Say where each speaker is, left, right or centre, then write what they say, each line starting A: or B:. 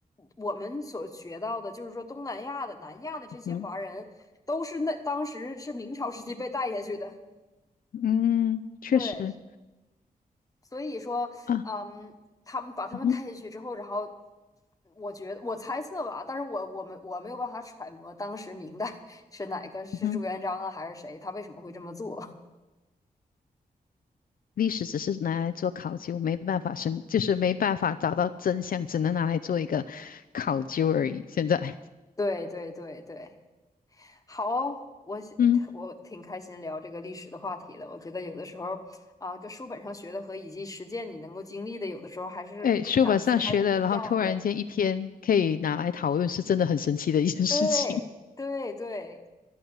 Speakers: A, on the left; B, on the left.
A: 我们所学到的，就是说东南亚的、南亚的这些华人，
B: 嗯哼
A: 都是那当时是明朝时期被带下去的。
B: 嗯，确实
A: 对，所以说，
B: 啊，
A: 嗯，他们把他们带下去之后，
B: 嗯哼，
A: 然后我觉得我猜测吧，但是我我们我没有办法揣摩当时明代 <laughs> 是哪个是朱元璋啊，
B: 嗯哼，
A: 还是谁，他为什么会这么做？<laughs>
B: 历史只是拿来做考究，没办法生，就是没办法找到真相，只能拿来做一个考究而已。现在
A: 对对对对对，好哦我喜我挺开心聊这个历史的话题的。
B: <laughs>，嗯，
A: 我觉得有的时候啊，跟书本上学的和以及实践你能够经历的，有的时候还是不感觉还是不一样的。
B: 哎，书本上学的，然后突然间一天可以拿来讨论，是真的很神奇的一件事情。
A: 对对对，